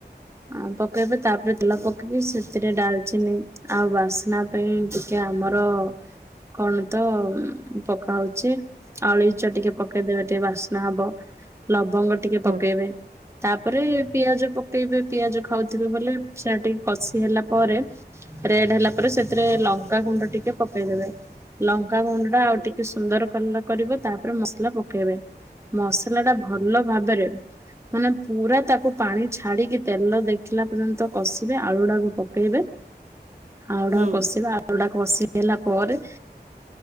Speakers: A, on the right; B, on the right.
A: ଆଁ ପକେଇବେ ତାପରେ ତେଲ ପକେଇକି ସେଥିରେ ଡାଲଚିନି ଆଉ ବାସ୍ନା ପାଇଁ ଟିକେ ଆମର କଣ ତ ପକା ହଉଛି ଅଳେଇଚ ଟିକେ ପକେଇଦେବେ ଟିକେ ବାସ୍ନା ହବ ଲବଙ୍ଗ ଟିକେ
B: ହୁଁ
A: ପକେଇବେ
B: ହଁ ହୁଁ
A: ତାପରେ ପିଆଜ ପକେଇବେ ପିଆଜ ଖାଉଥିବେ ବୋଲି ସେଟା ଟିକେ କଷି ହେଲା ପରେ ରେଡ୍ ହେଲା ପରେ ସେଥିରେ ଲଙ୍କାଗୁଣ୍ଡ ଟିକେ ପକେଇଦବେ ଲଙ୍କା ଗୁଣ୍ଡ ଆଉ
B: ଆଜ୍ଞା
A: ଟିକେ ସୁନ୍ଦର କଳର କରିବେ ତାପରେ ମସଲା ପକେଇବେ ମସଲା ଟା ଭଲ ଭାବରେ ମାନେ ପୁରା ତାକୁ ପାଣି ଛାଡିକି ତେଲ ଦେଖିଲା ପର୍ଯ୍ୟନ୍ତ କଷିବେ ଆଳୁଡାକୁ ପ ପକେଇବେ ଆଳୁଟା
B: ହୁଁ
A: କଷି ବେ ଆଳୁ କଷି ଦେଲା ପରେ